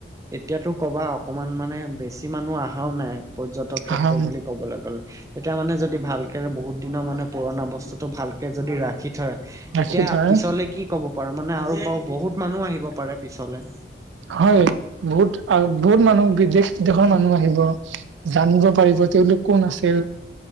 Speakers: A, on the right; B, on the right.
A: এতিয়াতো কবা- অকমান মানে বেছি মানুহ আহাও নাই পৰ্যটক ক্ষেত্ৰ
B: আহা
A: বুলি কবলে গ'লে- এতিয়া মানে যদি ভালকে বহুত দিনৰ মানে পুৰণা বস- তো ভালকে যদি ৰাখি থয় তেতিয়া
B: ৰাখি থয়
A: পিছলে কি কব? পাৰ মানে আৰু ব বহুত মানুহ আহিব পাৰে পিছলে-
B: হয় বহুত আৰু বহুত মানুহ বিদেশ বিদেশৰ মানুহ আহিব। জানিব পাৰিব তেওঁলোক কোন আছিল?